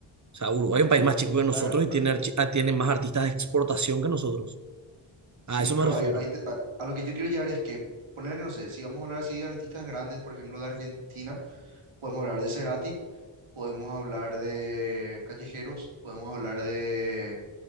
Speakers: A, on the right; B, on the right.
A: O sea, Uruguay es un país más chico que nosotros
B: claro,
A: y
B: pr-
A: tiene, archi- ah, tiene más artistas de exportación que nosotros.
B: sí,
A: A eso
B: pero
A: me refiero.
B: ahí- ahí te- a, a lo que yo quiero llegar es que, ponerle que no sé, si vamos a hablar así de artistas grandes, por ejemplo, de Argentina, podemos hablar de Cerati podemos hablar de callejeros, podemos hablar de,